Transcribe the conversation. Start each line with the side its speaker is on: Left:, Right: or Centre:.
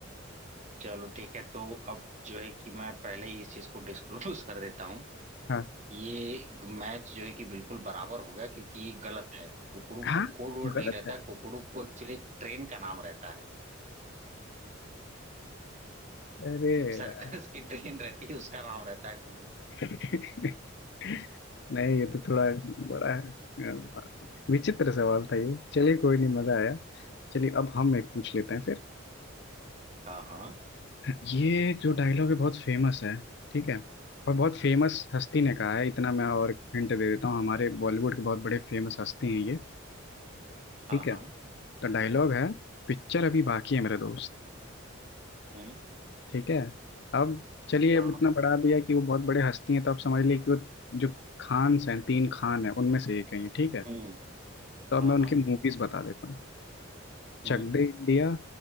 Right: चलो ठीक है तो अब जो है कि मैं पहले ही इस चीज को डिस्क्लोज कर देता हूँ
Left: हाँ
Right: ये मैच जो है कि बिल्कुल बराबर हो गया क्योंकि ये गलत है कुकड़ू
Left: हाँ
Right: को कोड वर्ड
Left: गलत
Right: नहीं रहता है कुकड़ू को एक्चुअली ट्रेन का नाम रहता है
Left: अरे
Right: सर्कस
Left: यार
Right: की ट्रेन रहती है उसका नाम रहता है कुकड़ू को
Left: <laughs> नहीं ये तो थोड़ा बड़ा है विचित्र सवाल था ये चलिए कोई नहीं मजा आया चलिए अब हम एक पूछ लेते हैं फिर
Right: हाँ हाँ
Left: ये जो डायलॉग है बहुत फेमस है ठीक है और बहुत फेमस हस्ती ने कहा है इतना मैं और हिंट दे देता हूँ हमारे बॉलीवुड के बहुत बड़े फेमस हस्ती हैं ये
Right: हाँ
Left: ठीक है
Right: हाँ
Left: तो डायलॉग है पिक्चर अभी बाकी है मेरे दोस्त
Right: हम्म
Left: ठीक है अब चलिए
Right: हाँ
Left: अब इतना बढ़ा दिया कि वो बहुत बड़े हस्ती हैं तो आप समझ लिए कि वो जो खान्स हैं तीन खान हैं उनमें से एक है ये ठीक है
Right: हम्म
Left: तो अब
Right: हाँ
Left: मैं उनकी
Right: हाँ
Left: मूवीज बता देता हूँ Chak
Right: हम्म
Left: De India